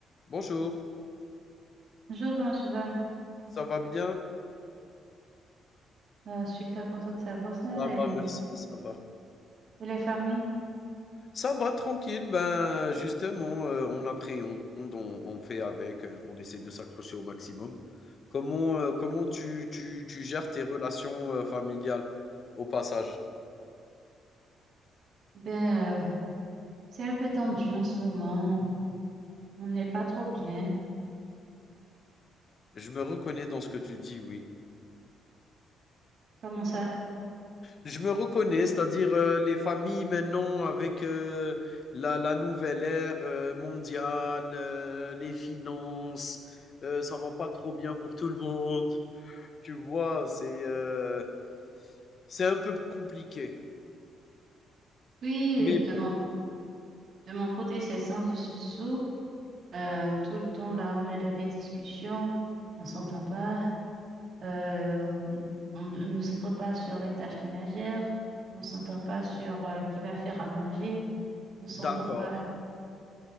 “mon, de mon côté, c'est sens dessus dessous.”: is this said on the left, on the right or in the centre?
Right